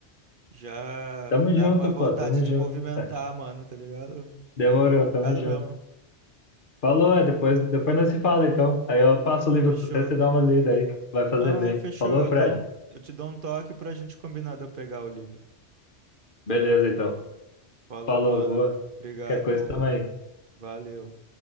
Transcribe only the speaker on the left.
Tamo
junto,
pô, tamo
junto.
<laughs>
Demorou,
tamo junto.
Falou, é, depois, depois nós se fala, então. Aí eu passo o livro
pro você, você dá uma lida aí, vai
fazer bem.
Falou,
Fred?
Beleza, então.
Falou,
boa.
Qualquer coisa,
tamo aí.